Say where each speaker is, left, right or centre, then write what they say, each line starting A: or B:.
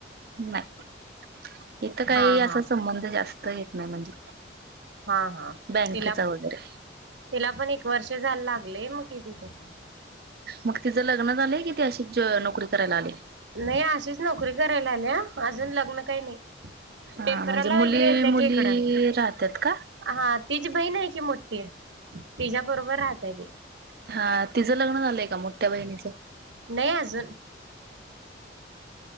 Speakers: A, on the right; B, on the right.
A: नाही इथं काही
B: हा हा
A: असा संबंध जास्त येत नाही म्हणजे
B: हा हा
A: बँकेचा
B: तिला
A: वगैरे
B: तिला पण एक वर्ष जायला लागलंय मग किती तस
A: मग तिचं लग्न झालंय की ती अशीच नोकरी करायला आली
B: नाही अशीच नोकरी करायला आल्या अजून लग्न काही नाही
A: हा
B: पेपराला
A: म्हणजे मुली
B: वगैरे येत्या
A: मुली
B: की इकडं.
A: राहतात का
B: हा तिचीी बहीण आहे की मोती तिच्या्या बरोबर राहतय ती
A: हा तिझं लग्न झालंय का मोठ्या बहिणीचं
B: नाही अजून